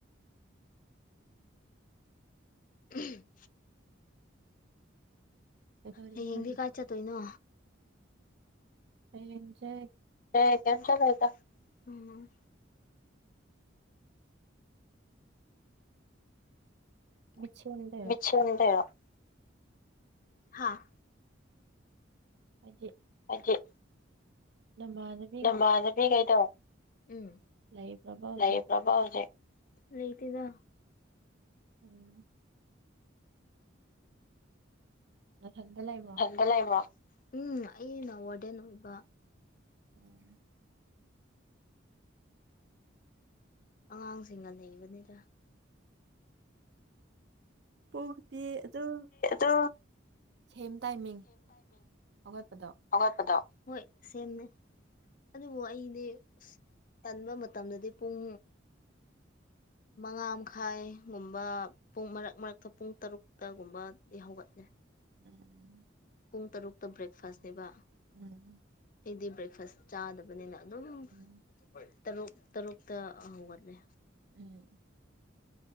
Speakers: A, on the left; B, on the right.
A: ꯎꯝ
B: ꯀꯩꯗꯧꯔꯤꯕ
A: ꯍꯌꯦꯡꯗꯤ
B: ꯍꯧꯖꯤꯛꯇꯤ
A: ꯀꯥꯏ ꯆꯠꯇꯣꯏꯅꯣ
B: ꯑꯩꯖꯦ
A: ꯀꯩꯝ ꯆꯠꯂꯣꯏꯗꯥ ꯎꯝ
B: <unintelligible>
A: <unintelligible> ꯍꯥꯥ
B: ꯍꯥꯏꯗꯤ
A: ꯍꯥꯏꯗꯤ
B: ꯅꯃꯥꯟꯅꯕꯤ
A: ꯅꯃꯥꯟꯅꯕꯤꯈꯩꯗꯣ ꯎꯝ
B: ꯂꯩꯕ꯭ꯔꯕ ꯍꯧꯖꯤꯛ
A: ꯂꯩꯕ꯭ꯔꯕ ꯍꯧꯖꯤꯛ ꯂꯩꯇꯦꯗꯥ
B: ꯎꯝ ꯅꯊꯟꯗ ꯂꯩꯕ꯭ꯔꯣ
A: ꯭ꯔ ꯎꯝ ꯑꯩꯅ ꯋꯥꯔꯗꯦꯟ ꯑꯣꯏꯕ
B: ꯑꯣ
A: ꯑꯉꯥꯡꯁꯤꯡꯅ ꯂꯩꯕꯅꯤꯗ
B: ꯄꯨꯡꯗꯤ ꯑꯗꯨꯝ
A: ꯑꯗꯨ
B: ꯁꯦꯝ ꯇꯥꯏꯃꯤꯡ ꯍꯧꯒꯠꯄꯗꯣ
A: ꯒꯠꯄꯗꯣ ꯍꯣꯏ ꯁꯦꯝꯅꯦ ꯑꯗꯨꯕꯨ ꯑꯩꯗꯤ ꯑ ꯇꯟꯕ ꯃꯇꯝꯗꯗꯤ ꯄꯨꯡ ꯃꯉꯥ ꯃꯈꯥꯏꯒꯨꯝꯕ ꯄꯨꯡ ꯃꯔꯛ ꯃꯔꯛꯇ ꯄꯨꯡ ꯇꯔꯨꯛꯇꯒꯨꯝꯕꯗꯤ ꯍꯧꯒꯠꯂꯦ
B: ꯎꯝ
A: ꯄꯨꯡ ꯇꯔꯨꯛꯇ ꯕ꯭ꯔꯦꯛꯐꯥꯁꯅꯦꯕ
B: ꯎꯝ
A: ꯑꯩꯗꯤ ꯕ꯭ꯔꯦꯛꯐꯥꯁ ꯆꯥꯗꯕꯅꯤꯅ ꯑꯗꯨꯝ
B: ꯎꯝ
A: ꯇꯔꯨꯛ ꯇꯔꯨꯛꯇ ꯍꯧꯒꯠꯂꯦ
B: ꯎꯝ